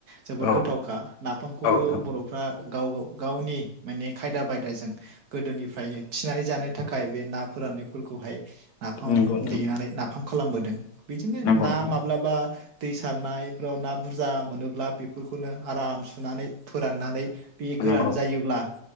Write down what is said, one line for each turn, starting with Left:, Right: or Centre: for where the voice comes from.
Right: जोबोद
Left: औ
Right: गोथावखा नाफामखौबो
Left: नोंथां
Right: बरफ्रा गाव गाव गावनि माने खायदा बायदाजों गोदोनिफ्रायनो थिनानै जानो थाखाय बे ना फोरानना फोरखौहाय नाफाम
Left: औ नोंथां
Right: देनानै नाफाम खालामबोदों बिदिनो
Left: नंगौ
Right: ना
Left: नोंथां
Right: माब्लाबा दै सारनायफ्राव ना बुरजा मोनोब्ला बेफोरखौनो आराम सुनानै फोराननानै बे गोरान
Left: नंगौ
Right: जायोब्ला